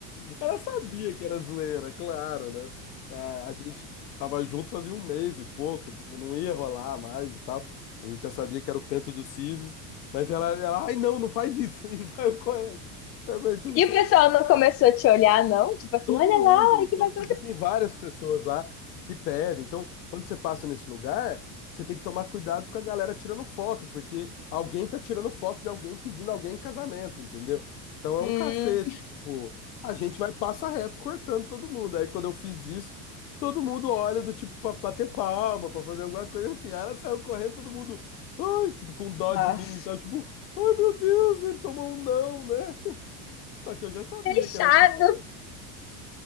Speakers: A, on the left (about 90°); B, on the left (about 30°).
A: Ela sabia que era zoeira, claro, né? A, a gente tava junto fazia um mês e pouco, tipo, não ia rolar mais e tal. A gente já sabia que era o canto do Sisos, mas ela, ela, ai, não, não faz isso. <laughs> E saiu correndo. Sabe, Tipo,
B: E o pessoal não começou a te olhar, não? Tipo assim,
A: Todo
B: olha
A: mundo,
B: lá, olha
A: todo,
B: que bacana.
A: porque tem várias pessoas lá que pedem. Então, quando você passa nesse lugar, você tem que tomar cuidado com a galera tirando foto, porque alguém tá tirando foto de alguém pedindo alguém em casamento, entendeu? Então é
B: Hum,
A: um cacete, tipo, a gente vai passo a reto cortando todo mundo. Aí quando eu fiz isso, todo mundo olha do tipo pra bater palma, pra fazer alguma coisa assim. Aí ela saiu correndo, todo mundo, ai, tipo, com dó
B: nossa.
A: de mim, sabe? Tipo, ai meu Deus, ele tomou um não, né? Só que eu já sabia
B: Fechado.
A: que era pior.